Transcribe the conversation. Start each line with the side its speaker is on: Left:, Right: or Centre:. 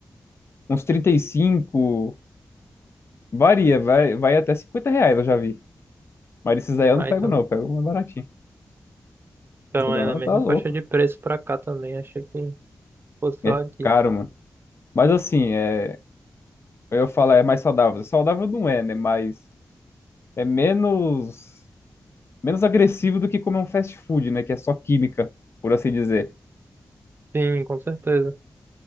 Left: Uns 35 varia, vai, vai até 50 reais, eu já vi. Mas esses aí eu
Right: Ah,
Left: não pego,
Right: então,
Left: não. Eu pego mais baratinho.
Right: então
Left: Senão
Right: é na mesma
Left: tá louco.
Right: faixa de preço pra cá também. Achei que fosse só
Left: É
Right: aqui.
Left: caro, mano. Mas assim, é, eu falo, é mais saudável. Saudável não é, né? Mas é menos, menos agressivo do que comer um fast food, né? Que é só química, por assim dizer.
Right: Sim, com certeza.